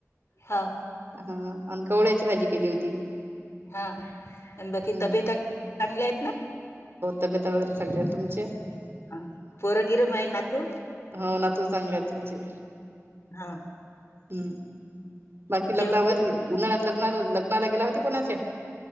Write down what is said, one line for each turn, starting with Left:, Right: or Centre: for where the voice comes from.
Left: हा
Right: हा अन कवळ्याची भाजी केली होती
Left: हा आणि बाकी
Right: हम्म
Left: तब्यता चांगली हाईत ना
Right: तब्येतता वगैरे चांगलेय तुमचे
Left: हा पोरं गिरं माये नातू
Right: हो ना तू चांगले आ तुमचे
Left: हा
Right: हम्म बाकी लग्नावर
Left: जेवण बिवण
Right: उन्हाळ्यात लग्ना लग्नाला गेला होते कोणाच्या